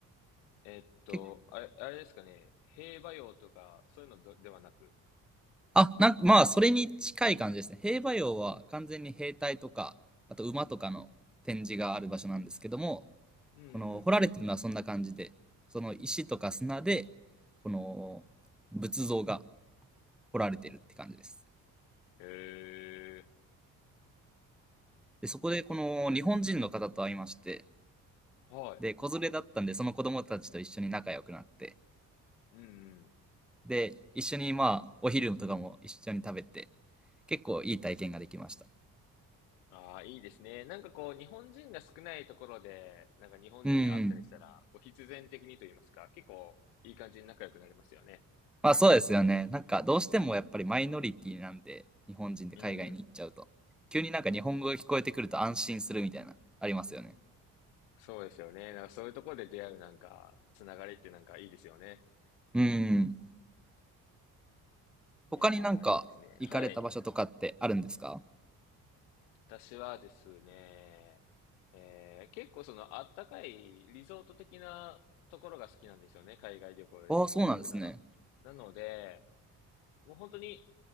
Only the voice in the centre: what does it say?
け
あ、なんかまあそれに近い感じですね。兵馬俑は完全に兵隊とか、あと馬とかの展示がある場所なんですけども、
この掘られてるのはそんな感じで、その石とか砂で、この仏像が掘られてるって感じです。
で、そこでこの日本人の方と会いまして、
で、子連れだったんで、その子供たちと一緒に仲良くなって、
で、一緒にまあ、お昼とかも一緒に食べて、結構いい体験ができました。
うん。
まあそうですよね。なんかどうしてもやっぱりマイノリティなんで、日本人で海外に行っちゃうと。
急になんか日本語が聞こえてくると安心するみたいな、ありますよね。
うん。他になんか行かれた場所とかってあるんですか
ああ、そうなんですね。